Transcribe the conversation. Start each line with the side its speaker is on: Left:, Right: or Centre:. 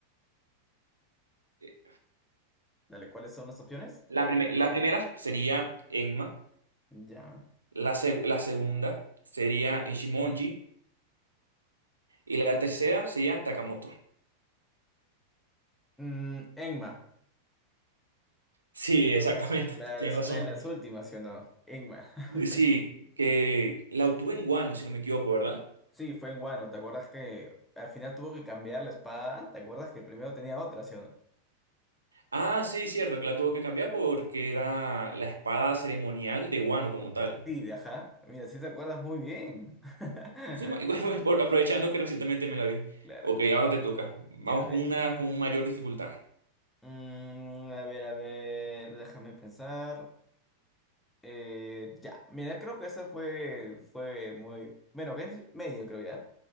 Right: Eh,
Centre: Dale, ¿cuáles son las opciones?
Right: La, prime- la primera sería Enma,
Centre: Ya.
Right: la, seg- la segunda sería Ichimonji y la tercera sería Takamoto.
Centre: Mm, Enma,
Right: Sí, exactamente,
Centre: la
Right: <laughs> tienes
Centre: escena
Right: razón.
Centre: de las últimas, ¿sí o no? Enma. <laughs>
Right: Sí, que la obtuve en Guano, si no me equivoco, ¿verdad?
Centre: Sí, fue en Wano. ¿Te acuerdas que al final tuvo que cambiar la espada? ¿Te acuerdas que primero tenía otra, sí o no?
Right: Ah, sí, cierto, que la tuvo que cambiar porque era la espada ceremonial de Guano como tal.
Centre: Sí, de ajá. Mira, sí te acuerdas muy bien. <laughs>
Right: Sí, ma- y bueno, <laughs> por- aprovechando que recientemente me la vi.
Centre: Claro,
Right: Ok,
Centre: claro.
Right: ahora te toca. Vamos
Centre: Ya, a ver.
Right: con una con mayor dificultad.
Centre: Mm, a ver, a ver, déjame pensar. Eh, ya, mira, creo que esa fue, fue muy... Bueno, que es medio, creo ya.